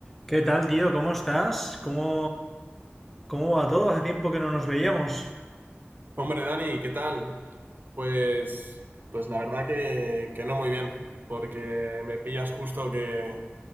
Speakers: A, in the centre; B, on the right (about 45°).
A: ¿Qué tal, tío? ¿Cómo estás? ¿Cómo, cómo va todo? Hace tiempo que no nos veíamos.
B: Hombre, Dani, ¿qué tal? Pues, pues la verdad que, que no muy bien, porque me pillas justo que